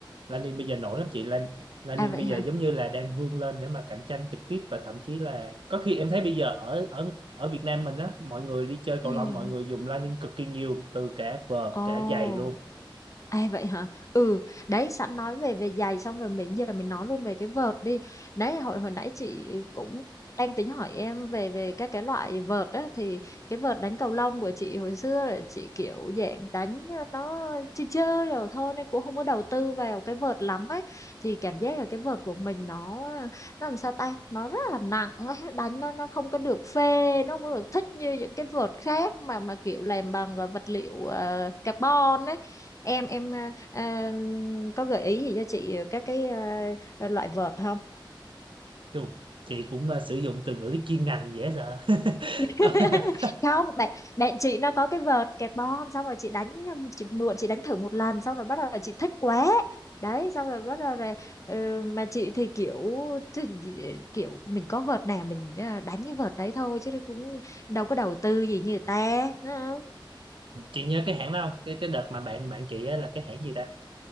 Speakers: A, on the right (about 75°); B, on the left (about 40°).
A: Lanin bây giờ nổi lắm chị Lan Lanin
B: à vậy
A: bây
B: hả
A: giờ giống như là đang vươn lên để mà cạnh tranh trực tiếp và thậm chí là có khi em thấy bây giờ ở ở ở Việt Nam mình á mọi người đi chơi
B: ừ
A: cầu lông mọi người dùng Lanin cực kỳ nhiều từ cả vợt
B: ồ
A: cả giày luôn
B: À vậy hả? Ừ, đấy sẵn nói về về giày xong rồi mình giờ mình nói luôn về cái vợt đi. Đấy hồi hồi nãy chị cũng đang tính hỏi em về về các cái loại vợt á thì cái vợt đánh cầu lông của chị hồi xưa là chị kiểu dạng đánh nó chơi chơi rồi thôi nên cũng không có đầu tư vào cái vợt lắm ấy thì cảm giác là cái vợt của mình nó nó làm sao ta nó rất là nặng ấy. đánh nó nó không có được phê nó không có được thích như những cái vợt khác mà mà kiểu làm bằng à, vật liệu ờ, carbon ấy em em à, à, có gợi ý gì cho chị các cái à, loại vợt không
A: Chù, chị cũng ờ, sử dụng từ ngữ chuyên ngành dễ sợ
B: <laughs>
A: <laughs>
B: không bạn bạn chị nó có cái vợt kẹp bom xong rồi chị đánh chị mượn chị đánh thử một lần xong rồi bắt đầu chị thích quá đấy xong rồi bắt đầu rồi ờ, mà chị thì kiểu chứ gì- kiểu mình có vợt nào mình à, đánh cái vợt đấy thôi chứ cũng đâu có đầu tư gì như người ta đúng
A: chị nhớ cái hãng đó không cái cái đợt mà bạn bạn chị á là cái hãng gì ta